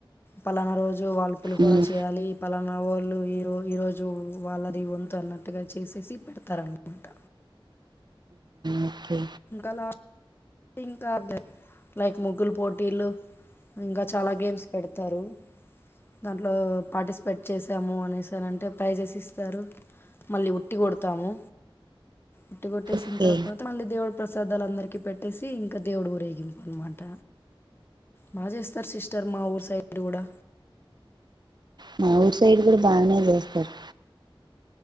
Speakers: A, on the left; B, on the right.
A: పలానా రోజు వాళ్ళు పులిహోర
B: ఉమ్
A: చేయాలి పలానా మా వోళ్ళు ఈరో ఈ రోజు వాళ్ళది వంతు అన్నట్టుగా చేసేసి పెడతారన్నమాట
B: ఓకే
A: ఇంకలా ఇంక లైక్ ముగ్గులు పోటీలు ఇంకా చాలా గేమ్స్ పెడతారు దాంట్లో పార్టిసిపేట్ చేసాము అనేసారంటే ప్రైజెస్ ఇస్తారు మళ్ళీ ఉట్టి కొడతాము ఉట్టి కొట్టేసిన్
B: ఓకే
A: తర్వాత మళ్ళీ దేవుడు పిల్లలందరికీ పెట్టేసి ఇంకా దేవుడు ఊరేగింపు అన్మాట బా చేస్తారు సిస్టర్ మా ఊరు సైడు కూడా
B: మా ఊరు సైడ్ కూడా బానే చేస్తారు